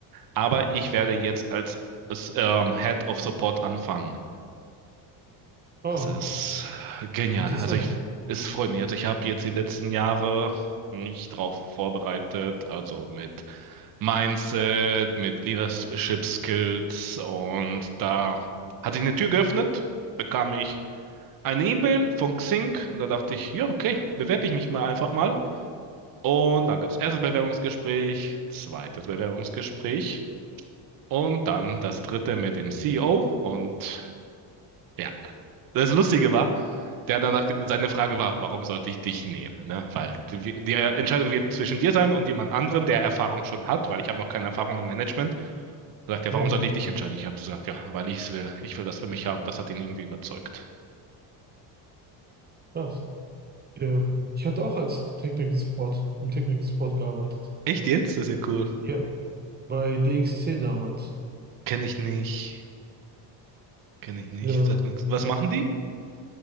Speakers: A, on the right; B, on the right.
A: aber ich werde jetzt als, als ähm, Head of Support anfangen.
B: Ah,
A: Das ist genial.
B: interessant.
A: Also ich, es freut mich. Also ich habe jetzt die letzten Jahre mich drauf vorbereitet, also mit Mindset, mit Leadership Skills und da hat sich eine Tür geöffnet, bekam ich eine E-Mail von Xing und da dachte ich, ja, okay, bewerbe ich mich mal einfach mal. Und dann gab es erstes Bewerbungsgespräch, zweites Bewerbungsgespräch und dann das dritte mit dem CEO und ja, das Lustige war, der danach seine Frage war, warum sollte ich dich nehmen? Ne? Weil die, die Entscheidung wird zwischen dir sein und jemand anderem, der Erfahrung schon hat, weil ich habe noch keine Erfahrung im Management. Da sagt er,
B: Ja,
A: warum sollte ich dich entscheiden? Ich habe gesagt, ja, weil ich es will. Ich will das für mich haben. Das hat ihn irgendwie überzeugt.
B: krass. Ähm, ich hatte auch als Technical Support, im Technical Support gearbeitet.
A: Echt jetzt? Das ist ja cool.
B: Ja, bei DXC damals.
A: Kenne ich nicht. Kenne ich nicht.
B: Ähm,
A: Sag mir, was machen die?